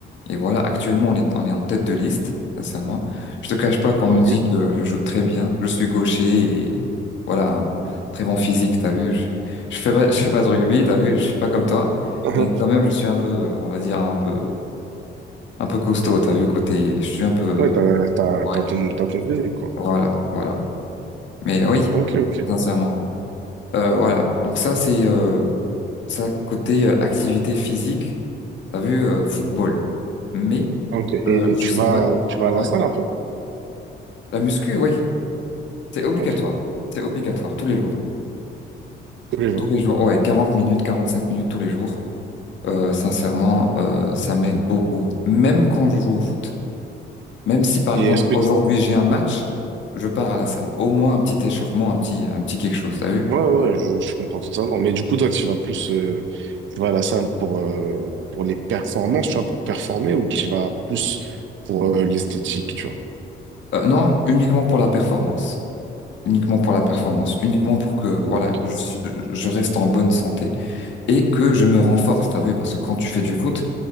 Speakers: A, on the left; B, on the right.
A: Et voilà, actuellement on est, on est en tête de liste, sincèrement. Je te cache pas qu'on
B: Ok.
A: me dit que je joue très bien, je suis gaucher et voilà, un très bon physique, t'as vu. Je, je fais pas, je fais pas de rugby, t'as vu, je suis pas comme toi,
B: <laughs>
A: mais quand même je suis un peu, on va dire un peu, un peu costaud, t'as vu, côté, je suis un peu,
B: Ouais, t'as, t'as,
A: ouais,
B: t'as ton, t'as ton physique, quoi.
A: voilà, voilà. Mais oui,
B: Ok, ok.
A: sincèrement. Euh, voilà, donc ça c'est... euh, Ça, côté euh, activité physique, t'as vu euh, football. Mais
B: Ok. Et,
A: euh,
B: et
A: je
B: tu
A: sais
B: vas,
A: pas.
B: tu vas à
A: Ouais.
B: la salle un peu?
A: La muscu, oui, c'est obligatoire.
B: Ok.
A: C'est obligatoire tous les jours.
B: Tous les jours.
A: Tous les jours, ouais, 40 minutes, 45 minutes tous les jours. Euh, sincèrement, euh, ça m'aide beaucoup. Même quand je joue au foot. Même si, par exemple,
B: Et est-ce que
A: aujourd'hui
B: tu...
A: j'ai un match, je pars à la salle. Au moins un petit échauffement, un petit, un petit quelque chose, t'as vu?
B: Ouais, ouais, ouais, je, je comprends tout ça. non Mais du coup, toi, tu vas plus... euh, tu vas à la salle pour, euh, pour les performances, tu vois, pour performer, ou tu vas plus pour euh, l'esthétique, tu vois?
A: Euh, non, uniquement pour la performance. uniquement pour la performance, uniquement pour que
B: Ok.
A: voilà, je, suis- je reste en bonne santé et que je me renforce, t'as vu, parce que quand tu fais du foot,